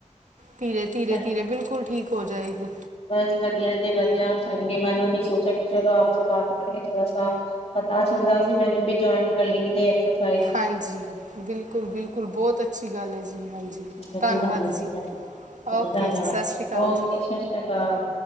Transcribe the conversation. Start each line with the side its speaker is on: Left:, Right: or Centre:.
Right: ਧੀਰੇ- ਧੀਰੇ,
Left: ਅੱਛਾ,
Right: ਧੀਰੇ ਬਿਲਕੁਲ ਠੀਕ ਹੋ ਜਾਏਗੀ।
Left: ਬਸ ਵਧੀਆ ਜੀ ਵਧੀਆ ਚੰਗੇ ਮੈਨੂੰ ਵੀ ਸੋਚਿਆ ਕਿ ਚਲੋ ਆਪ ਸੇ ਬਾਤ ਕਰੇ ਥੋੜਾ ਸਾ। ਪਤਾ ਚੱਲਦਾ ਸੀ ਮੈਨੂੰ ਵੀ ਜੁਆਇਨ ਕਰ ਲੇ ਦੇ ਐ ਸਬ-
Right: ਹਾਂਜੀ ਬਿਲਕੁਲ- ਬਿਲਕੁਲ ਬੋਤ ਅੱਛੀ ਗੱਲ ਐ ਜੀ ਹਾਂਜੀ
Left: ਚਲੋ
Right: ਧੰਨਵਾਦ
Left: ਜੀ ਵਧੀਆ
Right: ਜੀ।
Left: ਵਧੀਆ ਚਲੋ
Right: ਓਕੇ
Left: ਧੰਨਵਾਦ
Right: ਜੀ ਸਤਿ ਸ਼੍ਰੀ ਅਕਾਲ
Left: ਓਕੇ
Right: ਜੀ
Left: ਸਤਿ ਸ਼੍ਰੀ ਅਕਾਲ।